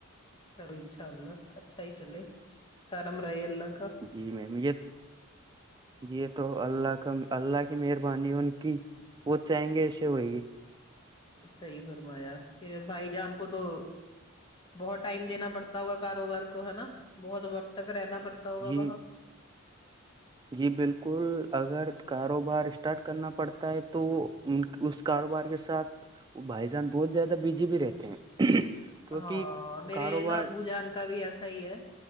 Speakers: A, on the left; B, on the right.
A: چلو انشاء اللہ اچھا ہی چلے کرم رہے اللہ کا
B: جی میم یہ یہ تو اللہ کا اللہ کی مہربانی ان کی وہ چاہیں گے ایسے ہوئے گی
A: صحیح فرمایا پھر بھائی جان کو تو بہت ٹائم دینا پڑتا ہوگا کاروبار کو ہے بہت وقت تک رہنا پڑتا ہوگا
B: جی
A: وہاں
B: جی بالکل اگر کاروبار اسٹارٹ کرنا پڑتا ہے تو وہ ان اس کاروبار کے ساتھ وہ بھائی جان بہت زیادہ بزی بھی رہتے ہیں کیونکہ
A: ہاں میرے
B: کاروبار
A: نا ابو جان کا بھی ایسا ہی ہے